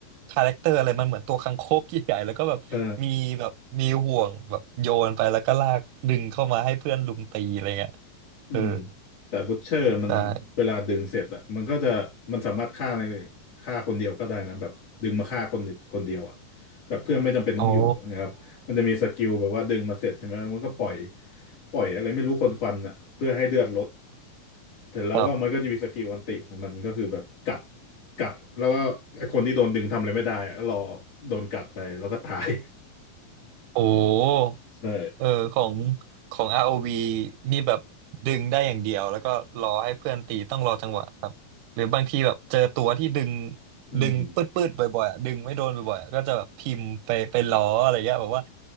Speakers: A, on the right; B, on the left.
A: คาแรคเตอร์อะไรมันเหมือนตัวคังคกใหญ่ๆแล้วก็แบบมีแบบมีห่วงแบบโยนไปแล้วก็ลากดึงเข้ามาให้เพื่อนลุมตีอะไรเงี้ย
B: เออ อืม
A: เออ
B: แต่บูชเชอร์มันเวลาดึงเสร็จอะมันก็จะมันสามารถฆ่าใน
A: ใช่
B: ฆ่าคนเดียวก็ได้นะแบบดึงมาฆ่าคนคนเดียวอะแบบเพื่อนไม่จำเป็นต้องอยู่นะครับมันจะมีสกิลแบบว่าดึงมาเสร็จใช่ไหมแล้วมันก็ปล่อย
A: โอ้
B: ปล่อยอะไรไม่รู้คนควันอะเพื่อให้เลือดลดเสร็จแล้วก็มันก็จะมีสกิลอันติของมันก็คือแบบกัด
A: แบบ
B: กัดแล้วก็ไอ้คนที่โดนดึงทำอะไรไม่ได้อะก็รอโดนกัดไปแล้วก็ตาย
A: โอ้
B: <laughs> ใช่
A: เออของของอ o v นี่แบบดึงได้อย่างเดียวแล้วก็รอให้เพื่อนตีต้องรอจังหวะครับหรือบางทีแบบเจอตัวที่ดึง
B: อืม
A: ดึงปืดปืดบ่อยๆอะดึงไม่โดนบ่อยๆอะก็จะแบบพิมพ์ไปไปล้ออะไรเงี้ยแบบว่า